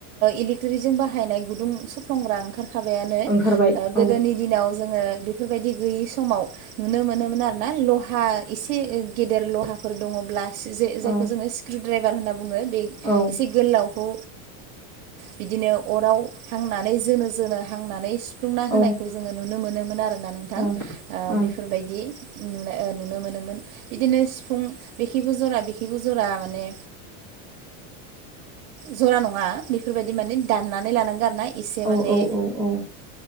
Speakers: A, on the right; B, in the centre.
A: इलेकट्रिक जजों बाहायनाय गुदुं सफ्लंग्रा ओंखारखाबायानो
B: ओंखारबाय
A: गोदोनि
B: औ
A: दिनाव जोङो बेफोरबायदि गैयि समाव नुनो मोनोमोन आरो ना लहा एसे गेदेर लहाफोर दङब्ला
B: औ
A: जायखौ जोङो स्क्रु ड्राइभार होनना बुङो बे
B: औ
A: एसे गोलावखौ बिदिनो अराव हांनानै जोनो जोनो हांनानै सुफ्लुंना होनायखौ
B: ओं
A: जोङो नुनो मोनोमोन आरोना नोंथां
B: ओं औ
A: बेफोरबायदि ओ नुनो मोनोमोन बिदिनो सिफुं बेखिबो जरा बेखिबो जरा माने जरा नङा बे बेफोरबायदि माने दाननानै लानांगौ आर ना एसे
B: औ
A: माने
B: औ